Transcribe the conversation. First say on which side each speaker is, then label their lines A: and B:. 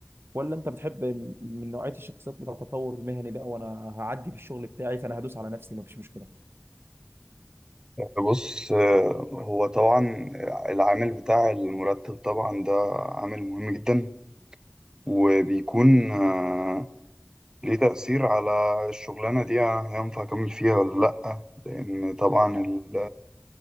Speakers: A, on the right (about 70°); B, on the right (about 15°).
A: ولا انت بتحب ال- من نوعيه الشخصيات بتاع التطور المهني بقى وانا هعدي في الشغل بتاعي فانا هدوس على نفسي مفيش مشكله
B: بص آه، هو طبعا العامل بتاع المرتب طبعا ده عامل مهم جدا وبيكون آه، ليه تأثير على الشغلانة دي هينفع أكمل فيها ولا لأ لأن طبعا ال-